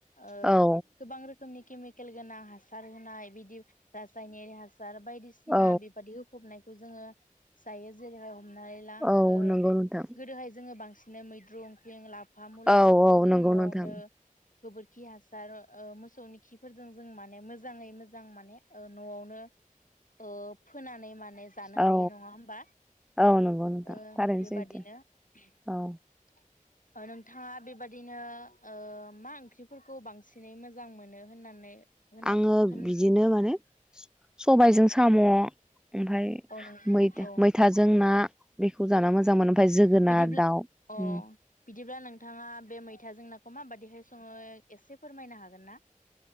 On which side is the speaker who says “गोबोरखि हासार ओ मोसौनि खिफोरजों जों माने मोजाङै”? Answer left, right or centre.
Left